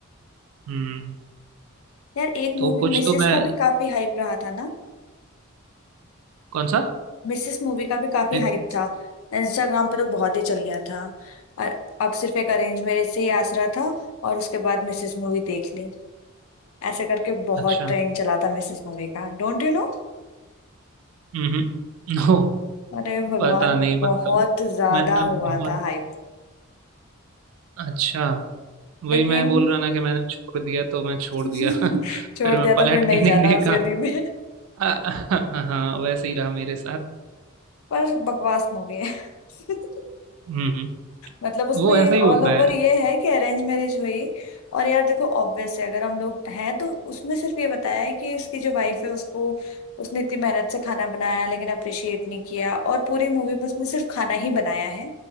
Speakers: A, on the right; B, on the left.
A: हम्म
B: यार एक
A: तो
B: मूवी
A: कुछ
B: मिसेस
A: तो मैं
B: का भी काफी हाइप रहा था ना
A: कौन सा
B: मिसेस मूवी का भी काफी
A: Princess?
B: हाइप था इंस्टाग्राम पे तो बहुत ही चल गया था और अब सिर्फ एक अरेंज मैरिज से ही आसरा था और उसके बाद मिसेस मूवी देख ली ऐसे करके बहुत
A: अच्छा
B: ट्रेंड चला था मिसेस मूवी का डोंट यू नो
A: हम्म <laughs> नो
B: अरे भगवान
A: पता नहीं
B: बहुत
A: मतलब
B: ज्यादा
A: मैंने
B: हुआ
A: बहुत
B: था हाइप
A: अच्छा वही
B: लेकिन
A: मैं बोल रहा ना कि मैंने छोड़ दिया तो मैं छोड़
B: <laughs>
A: दिया <laughs> फिर
B: छोड़
A: मैं
B: दिया तो
A: पलट
B: फिर नहीं
A: के नहीं
B: जाना
A: देखा
B: उस गली में
A: <laughs> हाँ हाँ, हाँ, वैसे ही रहा मेरे साथ
B: पर बकवास मूवी है <laughs>
A: हम्म
B: मतलब उसमें
A: वो
B: ये
A: ऐसा ही होता
B: ऑल ओवर
A: है
B: ये है कि अरेंज मैरिज हुई और यार देखो ऑब्वियस है अगर हम लोग हैं तो उसमें सिर्फ ये बताया है कि इसकी जो वाइफ है उसको उसने इतनी मेहनत से खाना बनाया लेकिन अप्रिशिएट नहीं किया और पूरी मूवी में उसने सिर्फ खाना ही बनाया है